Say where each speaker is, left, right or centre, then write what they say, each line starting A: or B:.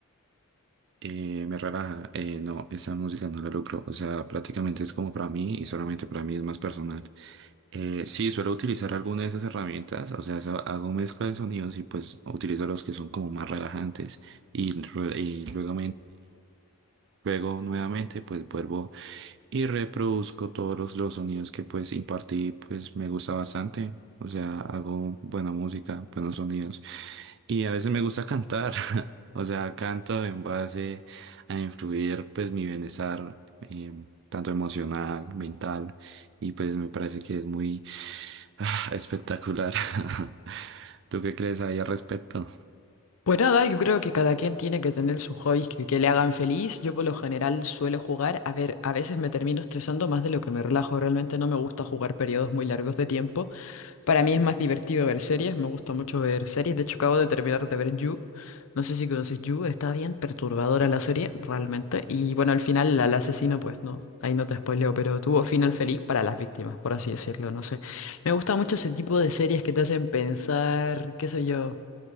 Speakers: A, on the right; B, on the left.
A: Eh, me relaja. Eh, no, esa música no la lucro. O sea, prácticamente es como para mí y solamente para mí es más personal. Eh, sí, suelo utilizar alguna de esas herramientas. O sea, sa- hago mezcla de sonidos y pues utilizo los que son como más relajantes. Y, rue- y luego, luego nuevamente pues vuelvo y reproduzco todos los, los sonidos que pues impartí, pues me gusta bastante. O sea, hago buena música, buenos sonidos. Y a veces me gusta cantar. <laughs> O sea, canto en base a influir pues mi bienestar, eh, tanto emocional, mental, y pues me parece que es muy ah, espectacular. <laughs> ¿Tú qué crees ahí al respecto?
B: Pues nada, yo creo que cada quien tiene que tener sus hobbies que, que le hagan feliz. Yo por lo general suelo jugar, a ver, a veces me termino estresando más de lo que me relajo. Realmente no me gusta jugar periodos muy largos de tiempo. Para mí es más divertido ver series, me gusta mucho ver series. De hecho, acabo de terminar de ver You. No sé si conoces You, está bien perturbadora la serie, realmente. Y bueno, al final al asesino, pues no, ahí no te spoileo, pero tuvo final feliz para las víctimas, por así decirlo, no sé. Me gusta mucho ese tipo de series que te hacen pensar, qué sé yo.